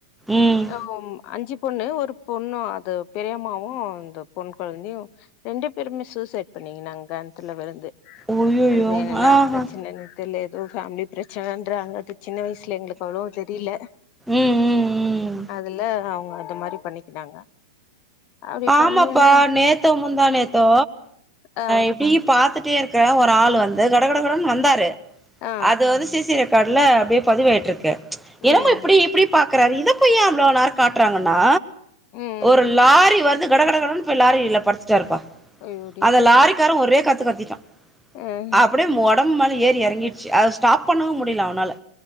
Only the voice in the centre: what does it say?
ம்
அய்யய்யோ
ஆஹா
ம் ம் ம்
ஆமாப்பா
நேத்தோ முந்தாநேத்தே
இப்படி பாத்துட்டே இருக் இக்க ஒரு ஆள் வந்து கட கடகடன் வந்தாரு
அது வந்து சசிர காடல அப்படியே பதிவாயிட்டு இருக்கு எனமாவு
இப்பிடி இப்பிடி பாக் க்குறாரு இத போய் இவ்வளோ நேரம் காட்டுறாங்கன்னா
ஒரு லாரி வரு ந்து கட கடன்னு போய் லாரில படுத்துட்டாருப்பா
அந்த லாரிக்காரன் ஒரே கத்து கத்திட்டா
அப்பிடியே உடம்பு மழி ஏறி இறங்கிடுச்சு அத ஸ்டாப் பண்ணவும் முடியல அவனால